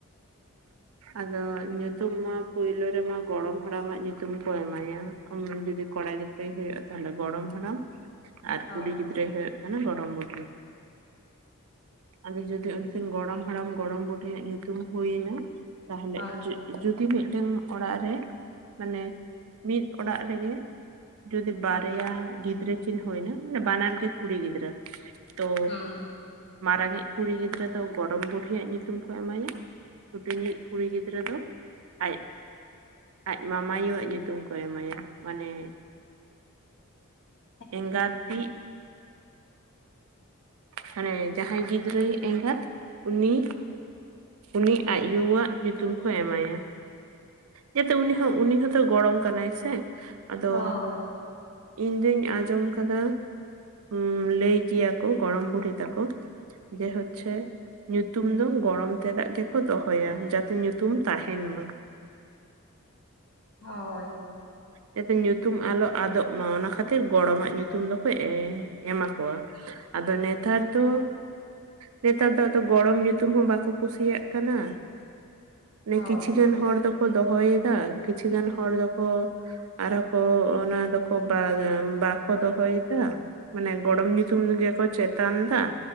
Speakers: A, on the right; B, on the left.
A: ᱟᱫᱚ ᱧᱩᱛᱩᱢ ᱢᱟ ᱯᱩᱭᱞᱩ ᱨᱮᱢᱟ ᱜᱚᱲᱚᱢ ᱦᱟᱲᱟᱢᱟᱜ ᱧᱩᱛᱩᱢ ᱠᱚ ᱮᱢᱟᱭᱟ᱾ <unintelligible> ᱡᱩᱫᱤ ᱠᱚᱲᱟ ᱜᱤᱫᱽᱨᱟᱹᱭ ᱦᱩᱭᱩᱜ‌ ᱛᱟᱦᱞᱮ ᱜᱚᱲᱚᱢ ᱦᱟᱲᱟᱢ ᱟᱨ
B: ᱦᱳᱭ
A: ᱠᱩᱲᱤ ᱜᱤᱫᱽᱨᱟᱹᱭ ᱦᱩᱭᱩᱜ ᱠᱟᱱᱟ ᱜᱚᱰᱚᱢ ᱵᱩᱰᱷᱤ᱾ ᱟᱫᱚ ᱡᱚᱫᱤ ᱩᱱᱠᱤᱱ ᱜᱚᱲᱚᱢ ᱦᱟᱲᱟᱢ ᱜᱚᱲᱚᱢ ᱵᱩᱰᱤ ᱧᱩᱛᱩᱢ ᱦᱩᱭᱱᱟ ᱛᱟᱦᱞᱮ
B: ᱦᱳᱭ
A: ᱡᱩ ᱡᱩᱫᱤ ᱢᱤᱫᱴᱟ. ᱝ ᱚᱲᱟᱜ ᱨᱮ ᱢᱟᱱᱮ ᱢᱤᱫ ᱚᱲᱟᱜ ᱨᱮᱜᱮ ᱡᱩᱫᱤ ᱵᱟᱨᱭᱟ ᱜᱤᱫᱽᱨᱟᱹ ᱠᱤᱱ ᱦᱩᱭᱱᱟ ᱢᱟᱱᱮ ᱵᱟᱱᱟᱨ ᱜᱮ ᱠᱩᱲᱤ ᱜᱤᱫᱽᱨᱟᱹ ᱛᱚ
B: ᱦᱩᱸ
A: ᱢᱟᱨᱟᱝ ᱤᱡ ᱠᱩᱲᱤ ᱜᱤᱫᱽᱨᱟᱹ ᱫᱚ ᱜᱚᱲᱚᱢ ᱵᱩᱰᱤᱭᱟᱜ ᱧᱩᱛᱩᱢ ᱠᱚ ᱮᱢᱟᱭᱟ ᱛᱤᱧᱤᱡᱽ ᱠᱩᱲᱤ ᱜᱤᱫᱽᱨᱟᱹ ᱫᱚ ᱟᱡ ᱟᱡ ᱢᱟᱢᱟᱭᱩᱣᱟᱜ ᱧᱩᱛᱩᱢ ᱠᱚ ᱮᱢᱟᱭᱟ ᱢᱟᱱᱮ᱾
B: <inaudible>
A: ᱮᱸᱜᱟᱛᱤᱜᱽ ᱦᱟᱱᱮ ᱡᱟᱦᱟᱸᱭ ᱜᱤᱫᱽᱨᱟᱹᱭᱤᱜ ᱮᱸᱜᱟᱛ ᱩᱱᱤ᱾ ᱩᱱᱤ ᱟᱡ ᱭᱩᱣᱟᱜ ᱧᱩᱛᱩᱢ ᱠᱚ ᱮᱢᱟᱭᱟ ᱡᱟᱛᱮ ᱩᱱᱤ ᱦᱚᱸ ᱩᱱᱤ ᱦᱚᱸᱛᱚ ᱜᱚᱲᱚᱢ ᱠᱟᱱᱟᱭ ᱥᱮ ᱟᱫᱚ
B: ᱦᱳᱭ
A: ᱤᱧᱫᱩᱧ ᱟᱸᱡᱚᱢ ᱠᱟᱫᱟ ᱦᱩᱸ ᱞᱟᱹᱭ ᱜᱮᱭᱟ ᱠᱚ ᱜᱚᱲᱚᱢ ᱵᱩᱰᱦᱤ ᱛᱟᱠᱚ ᱡᱮ ᱦᱚᱪᱷᱮ ᱧᱩᱛᱩᱢ ᱫᱚ ᱜᱚᱲᱚᱢ ᱛᱮᱫᱟᱜ ᱜᱮᱠᱚ ᱫᱚᱦᱚᱭᱟ ᱡᱟᱛᱮ ᱧᱩᱛᱩᱢ ᱛᱟᱦᱮᱱᱢᱟ᱾
B: ᱦᱳᱭ
A: ᱡᱟᱛᱮ ᱧᱩᱛᱩᱢ ᱟᱞᱚ ᱟᱫᱚᱜ ᱢᱟ ᱚᱱᱟ ᱠᱷᱟᱹᱛᱤᱨ ᱜᱚᱲᱚᱢᱟᱜ ᱧᱩᱛᱩᱢ ᱫᱚᱠᱚ ᱮᱸ ᱮᱢᱟ ᱠᱚᱣᱟ ᱟᱫᱚ ᱱᱮᱛᱟᱨ ᱫᱚ ᱱᱮᱛᱟᱨ ᱫᱚ ᱟᱫᱚ ᱜᱚᱲᱚᱢ ᱧᱩᱛᱩᱢ ᱦᱚᱸ ᱵᱟᱠᱚ ᱠᱩᱥᱤᱭᱟᱜ ᱠᱟᱱᱟ
B: ᱦᱳᱭ
A: ᱱᱮ ᱠᱤᱪᱷᱤ ᱜᱟᱱ ᱦᱚᱲ ᱫᱚᱠᱚ ᱫᱚᱦᱚᱭᱮᱫᱟ ᱠᱤᱪᱷᱤ ᱜᱟᱱ ᱦᱚᱲ ᱫᱚᱠᱚ ᱟᱨᱚᱸ ᱠᱚ ᱚᱱᱟ ᱫᱚᱠᱚ ᱵᱟᱨ ᱵᱟᱠᱚ ᱫᱚᱦᱚᱭᱮᱫᱟ ᱢᱟᱱᱮ ᱜᱚᱲᱚᱢ ᱧᱩᱛᱩᱢ ᱜᱮᱠᱚ ᱪᱮᱛᱟᱱ ᱫᱟ᱾